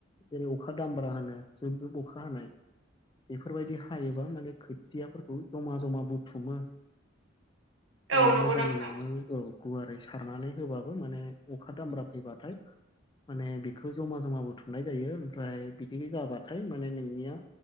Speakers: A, on the left (about 20°); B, on the right (about 80°).
A: जेरै अखा दामब्रा होनो जुब जुब अखा हानाय बेफोरबायदि हायोबा माने खोथियाफोरखौ जमा जमा बुथुमो माने
B: औ नंगौ
A: मोजां
B: नोंथां
A: नोंनो औ गुवारै सारनानै होबाबो माने अखा दामब्रा फैबाथाय माने बेखौ जमा जमाबो थुमनाय जायो ओमफ्राय बिदि जाबाथाय माने नोंनिया